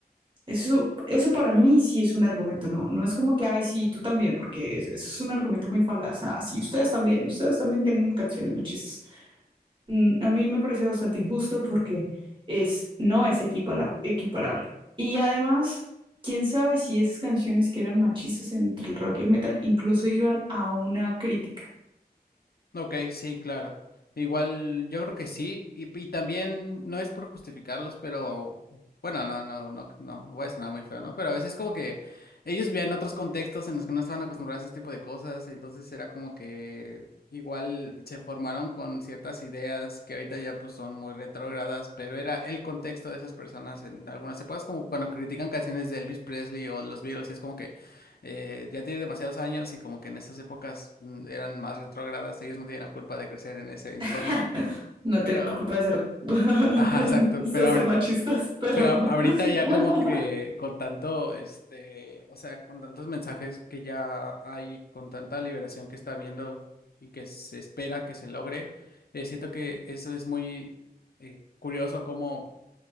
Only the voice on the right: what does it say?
eso, eso para mí sí es un argumento, no, no es como que, ay, sí, tú también, porque es- eso es un argumento muy falaz, ah, sí, ustedes también, ustedes también tienen canciones machistas. Mm, a mí me pareció bastante injusto porque es, no es equipala- equiparable. Y además, quién sabe si esas canciones que eran machistas entre el rock y el metal incluso iban a una crítica.
<laughs> No tienen
culpa de ser, <laughs> de
ser machistas, pero
<laughs>